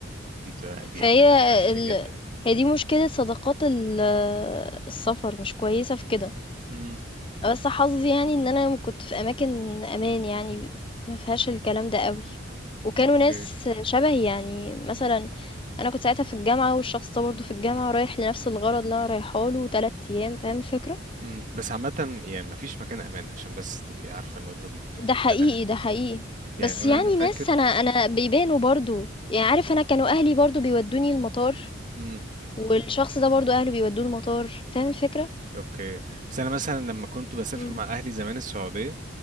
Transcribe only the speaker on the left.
فهي
ال...
هي دي مشكلة صداقات ال... السفر مش كويسة في كده
بس حظي يعني ان انا كنت في اماكن امان يعني ما فيهاش الكلام ده قوي وكانوا
ناس شبهي يعني مثلا انا كنت ساعتها في الجامعه والشخص ده برضه في الجامعه رايح لنفس الغرض اللي انا رايحه له 3 ايام فاهم الفكره
ده حقيقي
ده حقيقي
بس
يعني
ناس انا انا بيبانوا برضه يعني عارف انا كانوا اهلي برضه بيودوني المطار
والشخص ده برضه اهله بيودوه المطار فاهم الفكره
مم.